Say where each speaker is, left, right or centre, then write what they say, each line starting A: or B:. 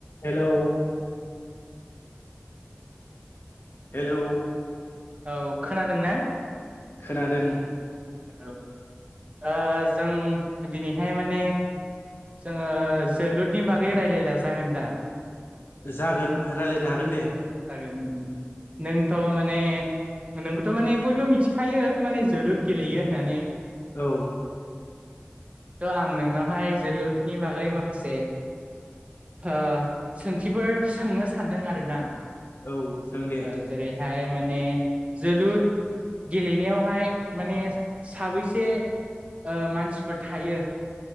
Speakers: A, on the left (about 65°); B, on the right (about 30°).
A: हेल' हेल'
B: औ खोनादों ना
A: खोनादों।
B: औ ओ जों दिनैहाय माने जोङो जोलुरनि बागै रायलायला जागोन दा?
A: जागोन राय्लायनो हागोन दे
B: <unintelligible> नोंथ' माने नोंखौथ' माने बयबो मिथिखायो माने जोलुर गेलेयो होननानै
A: औ
B: थ' आं नोंनावहाय जोलुरनि बागै माखासे ओ सोंथिफोर सोंनो सानदों आरोना।
A: औ सों दे
B: ओ जेरैहाय माने जोलुर गेलेनायावहाय माने साबैसे ओ मानसिफोर थायो।